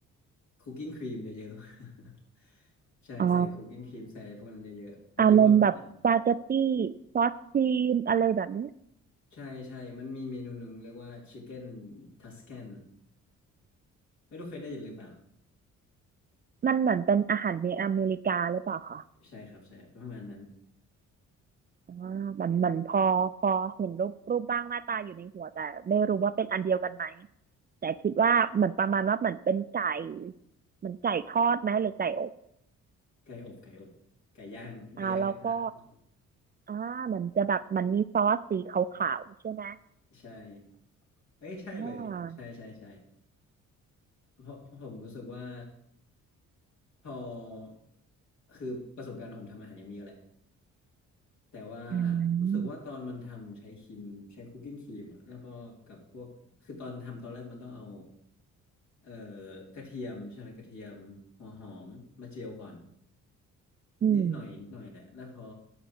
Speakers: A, on the left; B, on the right.
A: คุกกิ้งครีมเยอะๆ <laughs> ใช่ใส่คุกกิ้งครีมใส่อะไรพวกนั้นเยอะๆพอดีว่าผม
B: อ๋ออารมณ์แบบสปาเกตตี้ซอสครีมอะไรแบบนี้
A: ใช่ใช่มันมีเมนูหนึ่งเรียกว่าชิคเก้นทัส a คนไม่รู้เคยได้ยินหรือเปล่า
B: มันเหมือนเป็นอาหารในอเมริกาหรือเปล่าคะ
A: ใช่ครับใช่ครับประมาณนั้น
B: อ่ามันมันพอพอเห็นรูปรูปร่างหน้าตาอยู่ในหัวแต่ไม่รู้ว่าเป็นอันเดียวกันไหมแต่คิดว่าเหมือนประมาณว่าเหมือนเป็นไก่เหมือนไก่ทอดไหมหรือไก่อบ
A: ไก่อบไก่อบไก่ย่างไก่ย่างกระทะ
B: อ่าแล้วก็อ่ามันจะแบบมันมีซอสสีขาวๆใช่ไหม
A: ใช่เอ้ยใช่เลยใช่ใช่ใช่
B: อ่า
A: เพราะเพราะผมรู้สึกว่า พอคือประสบการณ์ผมทำอาหารยังมีเยอะแหละแต่ว่า
B: อืม
A: รู้สึกว่าตอนมันทำใช้ครีมใช้คุกกิ้งครีมอะแล้วก็กับพวกคือตอนทำตอนแรกมันต้องเอาเอ่อกระเทียมใช่ไหมกระเทียมหัวหอมมาเจียวก่อน
B: อืม
A: นิดหน่อยนิดหน่อยแหละแล้วพอ